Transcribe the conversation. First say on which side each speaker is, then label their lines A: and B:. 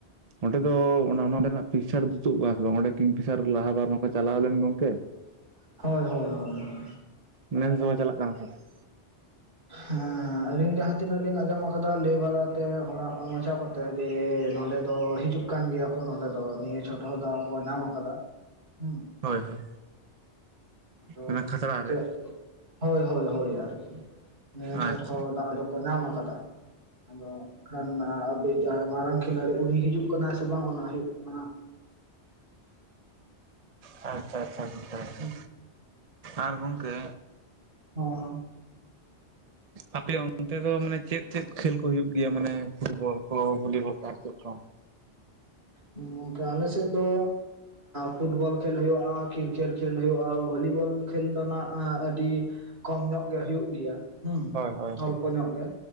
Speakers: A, on the right (about 40°); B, on the right (about 65°).
A: ᱚᱸᱰᱮ ᱫᱚ ᱱᱚᱸᱰᱮᱱᱟᱜ ᱯᱤᱠᱥᱟᱨ ᱫᱚ ᱛᱩᱫ ᱟᱠᱟᱱᱟ ᱥᱮ ᱵᱟᱝ? ᱚᱸᱰᱮ ᱠᱤᱝᱯᱤᱥᱟᱨ ᱞᱟᱦᱟ ᱵᱟᱨ ᱢᱟᱠᱚ ᱪᱟᱞᱟᱣ ᱞᱮᱱ ᱜᱚᱝᱠᱮ᱾
B: ᱦᱳᱭ ᱦᱳᱭ ᱦᱳᱭ
A: ᱱᱮᱥ ᱫᱚ ᱪᱟᱞᱟᱜ ᱠᱟᱱᱟ ᱥᱮ ᱵᱟᱝ?
B: ᱦᱮᱸ ᱟᱞᱤᱧ ᱡᱟᱦᱟᱸ ᱛᱤᱱᱟᱹᱜ ᱞᱤᱧ ᱟᱸᱡᱚᱢ ᱟᱠᱟᱫᱟ ᱞᱟᱹᱭ ᱵᱟᱲᱟᱛᱮ ᱚᱲᱟᱜ ᱵᱟᱪᱷᱟᱣ ᱠᱟᱛᱮ ᱡᱮ ᱱᱚᱸᱰᱮ ᱫᱚ ᱦᱤᱡᱩᱜ ᱠᱟᱱ ᱜᱮᱭᱟ ᱠᱚ ᱱᱚᱸᱰᱮ ᱫᱚ ᱱᱤᱭᱟᱹ ᱪᱷᱳᱴ ᱦᱚᱸ ᱫᱟᱣ ᱠᱚ ᱧᱟᱢ ᱟᱠᱟᱫᱟ᱾ ᱦᱮᱸ
A: ᱦᱳᱭ ᱦᱳᱭ
B: ᱟᱫᱚ
A: ᱚᱱᱟ ᱠᱷᱟᱛᱲᱟ
B: ᱪᱮᱫ?
A: ᱨᱮ
B: ᱦᱳᱭ ᱦᱳᱭ ᱦᱳᱭ ᱟᱨᱠᱤ ᱱᱤᱭᱟᱹ ᱪᱷᱚᱴ
A: ᱟᱪᱪᱷᱟ
B: ᱦᱚᱸ ᱫᱟᱣ ᱫᱚᱠᱚ ᱧᱟᱢ ᱟᱠᱟᱫᱟ ᱟᱫᱚ ᱠᱷᱟᱱ ᱟᱵᱩᱤᱡ ᱡᱟᱦᱟᱸᱭ ᱢᱟᱨᱟᱝ ᱠᱷᱤᱞᱟᱲᱤ ᱩᱱᱤ ᱦᱤᱡᱩᱜ ᱠᱟᱱᱟ ᱥᱮ ᱵᱟᱝ ᱚᱱᱟ ᱦᱩᱭᱩᱜ ᱠᱟᱱᱟ
A: ᱟᱪᱪᱷᱟ ᱟᱪᱪᱷᱟ ᱟᱪᱪᱷᱟ
B: ᱦᱩᱸ
A: ᱟᱨ ᱜᱚᱝᱠᱮ
B: <unintelligible>
A: ᱟᱯᱮ ᱚᱱᱛᱮ ᱫᱚ ᱢᱟᱱᱮ ᱪᱮᱫ ᱪᱮᱫ ᱠᱷᱮᱞ ᱠᱚ ᱦᱩᱭᱩᱜ ᱜᱮᱭᱟ ᱢᱟᱱᱮ ᱯᱷᱩᱴᱵᱚᱞ ᱠᱚ ᱵᱷᱚᱞᱤᱵᱚᱞ ᱠᱚ ᱟᱨ ᱪᱮᱫ ᱠᱚ?
B: ᱜᱚᱝᱠᱟ ᱟᱞᱮ ᱥᱮᱫ ᱫᱚ ᱯᱷᱩᱴᱵᱚᱞ ᱠᱷᱮᱞ ᱦᱩᱭᱩᱜᱼᱟ ᱠᱨᱤᱠᱮᱴ ᱠᱷᱮᱞ ᱦᱳᱭᱳᱼᱟ ᱵᱷᱚᱞᱤᱵᱚᱞ ᱠᱷᱮᱞ ᱫᱚ ᱱᱟᱜ ᱟᱹᱰᱤ ᱠᱚᱢ ᱧᱚᱜ ᱜᱮ ᱦᱩᱭᱩᱜᱭ ᱜᱮᱭᱟ᱾ ᱦᱩᱸ
A: ᱦᱳᱭ ᱦᱳᱭ
B: ᱚᱞᱯᱚ
A: ᱦᱳᱭ
B: ᱧᱚᱜ ᱜᱮ᱾